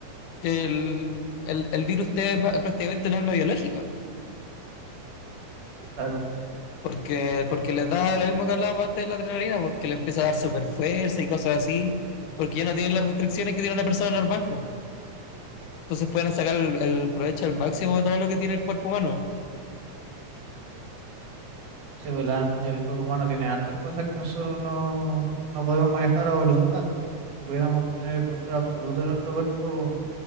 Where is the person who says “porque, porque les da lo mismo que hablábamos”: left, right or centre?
Left